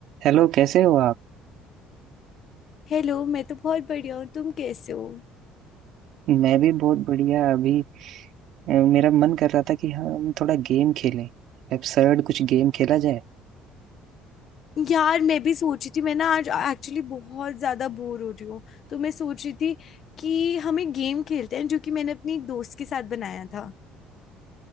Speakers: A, on the right; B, on the left.
A: Hello कैसे हो आप
B: हेलो मैं तो बहुत बढ़िया हूँ तुम कैसे हो
A: मैं भी बहुत बढ़िया अभी अ, मेरा मन कर रहा था कि हम थोड़ा गेम खेलें एब्सर्ड कुछ गेम खेला जाए
B: यार मैं भी सोच रही थी मैं ना आज एक्चुअली बहुत ज्यादा बोर हो रही हूँ तो मैं सोच रही थी कि हम एक गेम खेलते हैं जो कि मैंने अपनी एक दोस्त के साथ बनाया था